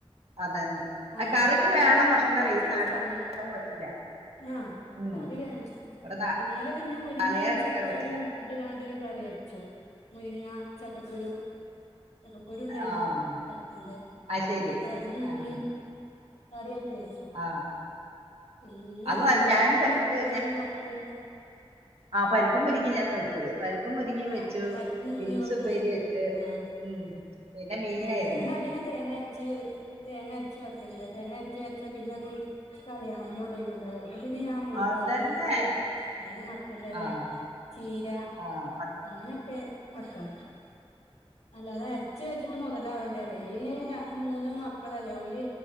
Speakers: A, on the right (about 75°); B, on the left (about 85°).
A: അതന്നെ ആ
B: ആഹ്
A: കറി
B: അത്
A: വേണം പക്ഷെ
B: വറുത്തരച്ച
A: എന്താ <unintelligible> ഈ നാളെ
B: രസാണ്
A: പറ്റില്ല
B: ആഹ്
A: ഉം
B: കറി വേണം
A: ഇവിടെ നാ
B: ഇന്നലെ പിന്നെ മുരിങ്ങിം
A: മലയാളച്ചക്കാർ
B: ചക്കക്കുരുവും
A: പറ്റില്ല
B: ഇട്ട് കാണ്ട് ഒരു കറി അരച്ചു മുരിങ്ങ ചക്കക്കുരു ചക്കക്കൂരുണ്ടായിനു
A: ആഹ്
B: ചക്ക ൻ്റെ
A: അത് ശരി
B: അപ്പൊ അതും മുരുങ്ങിം
A: ആഹ്
B: കറിയാക്കി വച്ചു.
A: ആഹ്
B: പിന്നെ
A: അത് നല്ല-
B: പരിപ്പും
A: ഞാൻ ചക്കക്ക്
B: മുരിങ്ങിം വെക്കും
A: ആഹ് പരിപ്പും മുരിങ്ങിം ഞാന്ന് വെച്ചത് പരിപ്പും മുരിങ്ങിം
B: ആഹ്
A: വെച്ചു
B: പരിപ്പും മുരിങ്ങയും
A: ബീൻസ്
B: വെക്കും
A: ഉപ്പേരി വെച്ച്.
B: ആഹ്
A: ഉം പിന്നെ മീനായിരുന്നു
B: ആഹ് ഞാൻ അധികം തേങ്ങരച്ച് തേങ്ങരച്ച് ല്ല തേങ്ങ അരച്ച് വെച്ചാ പിന്നെ അത് കളിയാന്നെന്നൊള്ളുയിവുണ്ടാവ പിന്നെ ഞാൻ മുരുങ്ങാതാളിപ്പ്
A: അതന്നെ
B: അല്ലെങ്കിൽ മത്തന്റെഎല
A: ആഹ്
B: ചീര
A: ആഹ്
B: അങ്ങനെയൊക്കെ വക്കാറ് അല്ലാതെ അരച്ച് വെച്ചിട്ട് മുതലാവണ്ടേ റേ റേന മൂന്ന് മക്കളല്ലേ ഓല്